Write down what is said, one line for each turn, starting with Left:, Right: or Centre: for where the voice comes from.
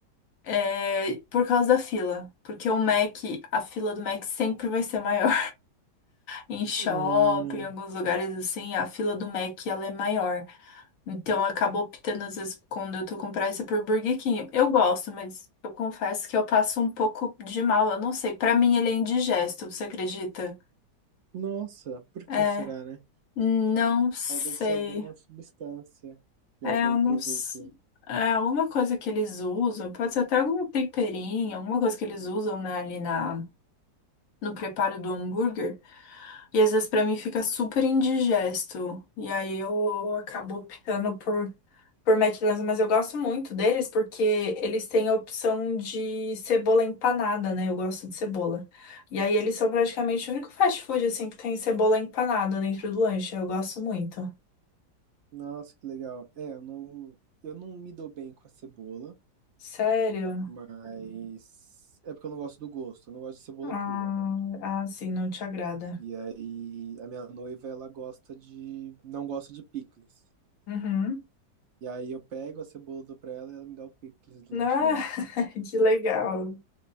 Left: é, por causa da fila. Porque o Mac, a fila do Mac sempre vai ser maior. Em shopping,
Right: Hum,
Left: em alguns lugares assim, a fila do Mac ela é maior. Então eu acabo optando, às vezes, quando eu tô com pressa, por Burger King. Eu gosto, mas eu confesso que eu passo um pouco de mal. Eu não sei. Pra mim ele é indigesto, você acredita?
Right: Nossa, por
Left: É,
Right: que será, né?
Left: não sei.
Right: Ah, Deve ser alguma substância de
Left: É,
Right: algum
Left: eu não
Right: produto.
Left: sei. É alguma coisa que eles usam, pode ser até algum temperinho, alguma coisa que eles usam, né, ali na, no preparo do hambúrguer. E às vezes pra mim fica super indigesto. E aí eu acabo optando por, por McDonald's, mas eu gosto muito deles porque eles têm a opção de cebola empanada, né? Eu gosto de cebola. E aí eles são praticamente o único fast food assim que tem cebola empanada dentro do lanche. Eu gosto muito.
Right: Nossa, que legal. É, eu não, eu não me dou bem com a cebola,
Left: Sério?
Right: mas é porque eu não gosto do gosto, eu não gosto de cebola
Left: Ah,
Right: crua, né?
Left: ah, sim, não te agrada.
Right: E aí a minha noiva, ela gosta de, não gosta de picles.
Left: Uhum.
Right: E aí eu pego a cebola, dou pra ela e ela me dá o picles do lanche
Left: Ah,
Right: dela.
Left: <laughs> que legal.